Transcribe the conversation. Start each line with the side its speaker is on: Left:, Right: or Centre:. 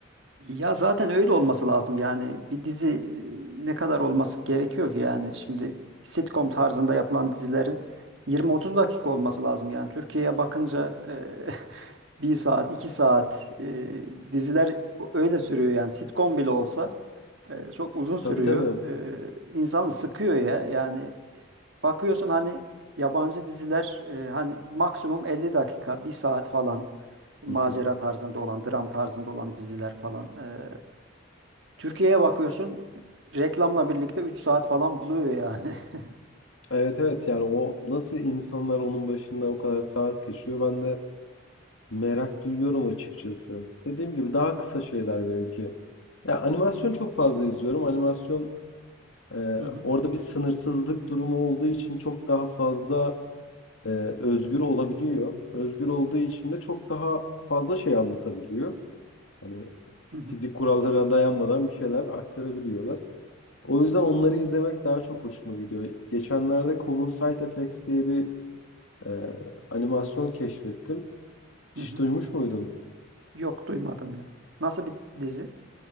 Right: Ya zaten öyle olması lazım yani bir dizi e, ne kadar olması gerekiyor ki yani şimdi sitcom tarzında yapılan dizilerin 20-30 dakika olması lazım yani Türkiye'ye bakınca e, <laughs> bir saat, iki saat e, diziler öyle sürüyor yani sitcom bile olsa Ee, çok uzun sürüyor.
Left: Tabii tabii.
Right: Ee, insanı sıkıyor ya. Yani e, bakıyorsun hani yabancı diziler e, hani maksimum 50 dakika, bir saat falan macera
Left: Hı hı.
Right: tarzında olan, dram tarzında olan diziler falan. Ee, Türkiye'ye bakıyorsun reklamla birlikte 3 saat falan buluyor yani. <laughs>
Left: Evet evet yani o nasıl insanlar onun başında o kadar saat geçiriyor ben de merak duyuyorum açıkçası. Dediğim gibi daha kısa şeyler benimki. Ya animasyon çok fazla izliyorum. Animasyon e,
Right: Hı hı,
Left: orada bir sınırsızlık durumu olduğu için çok daha fazla e, özgür olabiliyor. Özgür olduğu için de çok daha fazla şey anlatabiliyor. Hani
Right: hı hı,
Left: fizik kurallara dayanmadan bir şeyler aktarabiliyorlar. O yüzden onları izlemek daha çok hoşuma gidiyor. Geçenlerde Common Side Effects diye bir ee, animasyon keşfettim. Hiç
Right: hı hı.
Left: duymuş muydun?
Right: Yok duymadım ya. Nasıl bir dizi?